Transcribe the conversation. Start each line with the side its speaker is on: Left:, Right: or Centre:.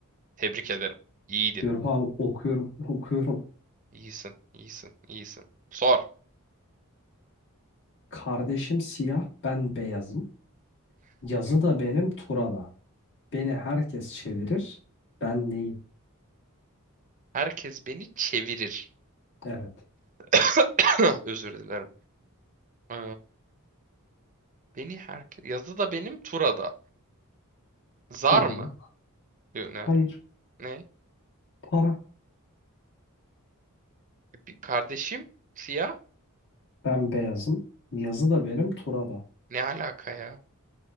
Right: Tebrik ederim. İyiydi.
Left: Diyorum abi okuyorum <laughs> okuyorum.
Right: İyisin, iyisin, iyisin. Sor.
Left: Kardeşim siyah ben beyazım. Yazı da benim tura da. Beni herkes çevirir. Ben neyim?
Right: Herkes beni çevirir.
Left: Evet.
Right: <coughs> Özür dilerim. Ee, beni herkes... Yazı da benim, Tura da. Zar
Left: Hı hı.
Right: mı? Yok ne
Left: Hayır.
Right: alaka? Ne?
Left: Para.
Right: Bir kardeşim? Siyah?
Left: Ben beyazım. Yazı da benim tura da.
Right: Ne alaka ya?